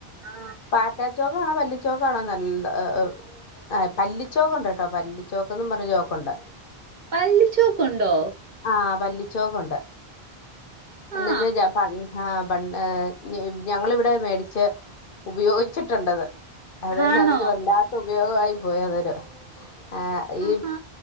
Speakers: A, on the right; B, on the left.
A: ആ
B: പാറ്റച്ചോക്ക് ആണോ പല്ല ച്ചോക്കാണോന്നറി ഓ ഓ പല്ലിച്ചോക്ക് ഉണ്ട് കേട്ടോ പല്ലിച്ചോക്ക്ന്ന് പറഞ്ഞ ചോക്കുണ്ട്
A: പല്ലിച്ചോക്ക് ഉണ്ടോ
B: ആ പല്ലിച്ചോക്കുണ്ട് എന്ന
A: ആ
B: ചജ പ ആഹ് ഞങ്ങളിവിടെ മേടിച്ച് ഉപയോഗിച്ചിട്ടുണ്ടത് അതന്നെ
A: ആണോ
B: അത് വല്ലാത്ത ഉപയോഗായി പോയന്നരു ആഹ് ഈ
A: ആഹാ